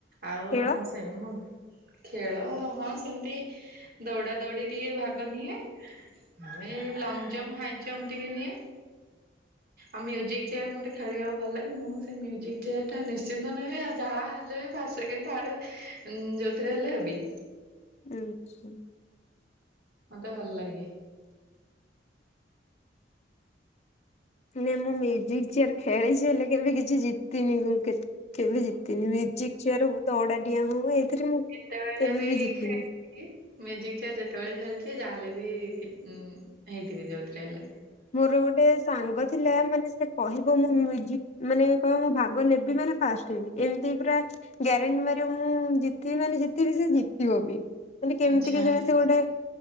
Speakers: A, on the right; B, on the left.
A: ଆଉ
B: ଖେଳ?
A: ସେମ ଖେଳ ହଁ ସେମତି ଦୌଡା ଦୌଡି ଟିକେ ଭାଗ ନିଏ। ଆଉ ଏଇ ଲଙ୍ଗ ଜମ୍ପ ହାଇ ଜମ୍ପ ଟିକେ ନିଏ। ଆଉ ମ୍ୟୁଜିକ୍ ଚେୟାର ମତେ ଖେଳିବାକୁ ଭଲ ଲାଗେ, ମୁଁ ସେ ମ୍ୟୁଜିକ ଚେୟାର ଟା ନିଶ୍ଚିନ୍ତ ନେବି ଆଉ ଯାହା ହେଲେ ବି ଫାସ ଷ୍ଟ, ସେକଣ୍ଡ, ଥାର୍ଡ ଯୋଉଥିରେ ହେଲେ ହେବି।
B: ଆଛା।
A: ମତେ ଭଲ ଲାଗେ।
B: ନାଇଁ ମୁଁ ମ୍ୟୁଜିକ ଚେୟାର ଖେଳିଛି ହେଲେ କେବେ କିଛି ଜିତିନି ମୁଁ କେ କେବେ ଜିତିନି, ମ୍ୟୁଜିକ ଚେୟାର ହଉ ଦଉଡା ଡିଆଁ ହଉ ଏଇଥିରେ ମୁଁ
A: ଯେତେବେଳେ
B: କେବେ ବି ଜିତିନି।
A: ଖେଳିଲି ମ୍ୟୁଜିକ ଚେୟାର ଯେତେବେଳେ ଖେଳିଛି ଯାହାେଲେ ବି କି ହେଇଥିବେ ଯୋଉଥିରେ ହେଲେ।
B: ମୋର ଗୋଟେ ସାଙ୍ଗ ଥିଲା, ମାନେ ସେ କହିବ ମୁଁ ମ୍ୟୁଜିକ ମାନେ କହିବ ମୁଁ ଭାଗ ନେବି ମାନେ ଫାଷ୍ଟ ହେବି, ଏମିତି ପୁରା ଗ୍ୟାରେଣ୍ଟି ମାରିବ ମୁଁ ଜିତିବି ମାନେ ଜିତିବି ସେ ଜିତିବ ବି। ମାନେ କେମିତି
A: ଆଚ୍ଛା
B: କେଜାଣି ସେ ଗୋଟେ